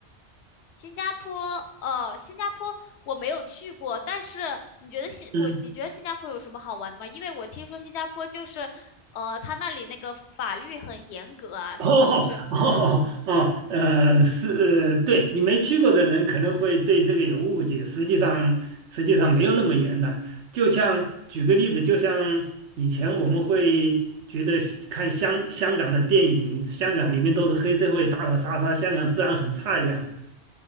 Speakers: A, on the left; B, on the right.
A: 新加坡，呃，新加坡我没有去过，但是你觉得新我你觉得新加坡有什么好玩的吗？
B: 嗯。
A: 因为我听说新加坡就是，呃，他那里那个法律很严格啊，
B: <laughs> 哦哦哦，
A: 什么就是，嗯
B: 呃，是，对，你没去过的人可能会对这个有误解，实际上实际上没有那么严的。就像举个例子，就像以前我们会觉得看香香港的电影，香港里面都是黑社会打打杀杀，香港治安很差一样的。